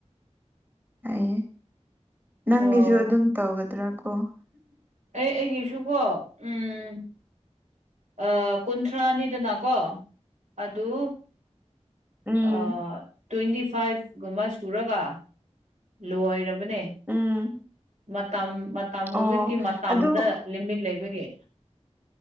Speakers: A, on the right; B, on the right.
A: ꯑꯩꯒꯤ ꯅꯪꯒꯤꯖꯨ
B: ꯑꯣ
A: ꯑꯗꯨꯝ ꯇꯧꯒꯗ꯭ꯔ ꯀꯣ
B: ꯑꯩ ꯑꯩꯒꯤꯁꯨꯀꯣ ꯎꯝ ꯑꯥ ꯀꯨꯟꯊ꯭ꯔꯥꯅꯤꯗꯅꯀꯣ ꯑꯗꯨ
A: ꯎꯝ
B: ꯑꯥ ꯇꯣꯏꯟꯗꯤ ꯐꯥꯏꯚ ꯒꯨꯝꯕ ꯁꯨꯔꯒ ꯂꯣꯢꯔꯕꯅꯦ
A: ꯎꯝ
B: ꯃꯇꯝ ꯃ ꯇꯝ
A: ꯑꯣ
B: ꯍꯧꯖꯤꯛꯇꯤ ꯃꯇꯝꯗ
A: ꯑꯗꯨ
B: ꯂꯤꯃꯤꯠ ꯂꯩꯕꯒꯤ